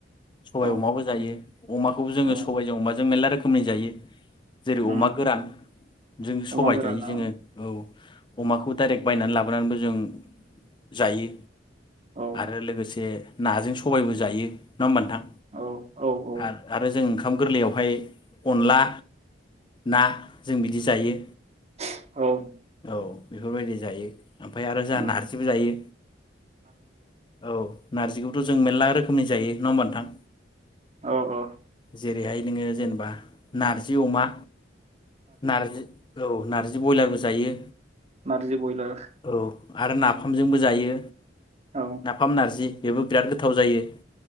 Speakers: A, on the left; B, on the right.
A: सबाइ
B: औ
A: अमाबो जायो अमाखौबो जोङो
B: औ
A: सबाइजों अमाजों मेरला रोखोम खोमै जायो जेरै
B: उम
A: अमा गोरान जों सबाइ
B: अमा गोरान
A: जायो
B: औ
A: जोङो औ अमाखौ दाइरेक्ट बायनानै लाबोनानैबो जों जायो
B: औ
A: आरो लोगोसे नाजों सबाइबो जायो। नङा होनबा नोंथां
B: औ औ औ
A: आर आरो जों ओंखा खाम गोरलैयावहाय अनला ना जों बिदि जायो।
B: <unintelligible> औ
A: औ बेफोरबायदि जायो ओमफाय आरो जा
B: उम
A: नारजिबो जायो औ नारजिखौबोथ' जों मेरला रोखोमनि जायो नङा होमबा नोंथां?
B: औ औ
A: जेरैहाय नोङो जेनेबा नारजि अमा नारजि औ नारजि जो बयलारसो। जायो।
B: नारजि बयलार
A: औ आरो नाफामजोंबो जायो।
B: औ
A: नाफाम, नारजि। बेबो बिराद गोथाव जायो।